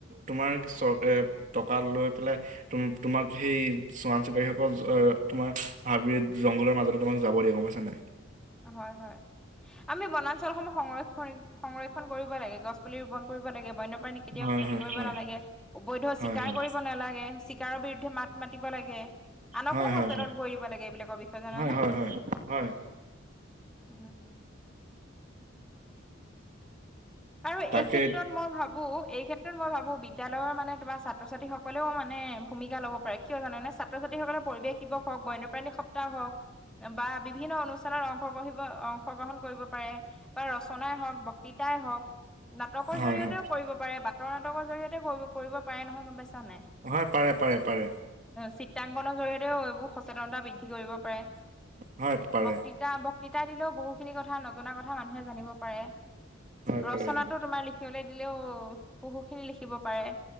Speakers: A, on the right; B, in the centre.
A: তোমাৰ চৰকাৰী টকা লৈ পেলাই, তোম, তোমাক সেই চোৰাং চিকাৰীসকল, তোমাৰ হাবি-জংঘলৰ মাজত তোমাক যাব দিয়ে, গম পাইচ নাই।
B: হয় হয়। আমি বনাঞ্চলসমূহ সংৰক্ষণ সংৰক্ষণ কৰিব লাগে, গছ পুলি ৰোপন কৰিব লাগে। বন্যপ্ৰাণী কেতিয়াও
A: হয়
B: ক্ষতি
A: হয়
B: কৰিব
A: হয়
B: নালাগে। অবৈধ
A: হয়
B: চিকাৰ
A: হয়
B: কৰিব নালাগে। চিকাৰৰ বিৰুদ্ধে মাত মাতিব লাগে। আনকো
A: হয়
B: সচেতন
A: হয় হয়
B: কৰি দিব লাগে। এইবিলাকৰ বিষয়ে
A: হয়
B: জানে।
A: হয় হয় হয়।
B: উম্, আৰু
A: তাকে
B: এই ক্ষেত্ৰত মই ভাবোঁ, এই ক্ষেত্ৰত মই ভাবোঁ, বিদ্যালয়ৰ মানে তোমাৰ ছাত্ৰ ছাত্ৰী সকলেও মানে ভূমিকা ল'ব পাৰে। কিয় জানেনে? ছাত্ৰ-ছাত্ৰীসকলে পৰিৱেশ দিবস হওঁক, বন্য প্ৰাণী সপ্তাহ হওঁক বা বিভিন্ন অনুষ্ঠানত অংশ গ্ৰহিব অংশগ্ৰহণ কৰিব পাৰে বা ৰচনাই হওঁক, বক্তৃতাই হওঁক নাটকৰ
A: হয়
B: জৰিয়তেও
A: হয়
B: কৰিব পাৰে, বাটৰ নাটকৰ জৰিয়তেও কৰিব পাৰে নহয়, গম পাইছাঁ নাই।
A: হয়, পাৰে পাৰে পাৰে
B: চিত্ৰাংকনৰ জৰিয়তেও এইবোৰ সচেতনতা বৃদ্ধি কৰিব পাৰে।
A: হয় পাৰে
B: বক্তি এতিয়া বক্তৃতা দিলেও, বহুখিনি কথা নজনা কথা মানুহে জানিব পাৰে।
A: হয়
B: ৰচনাটো
A: পাৰে হয়
B: তোমাৰ লিখিবলৈ দিলেও, বহুখিনি লিখিব পাৰে।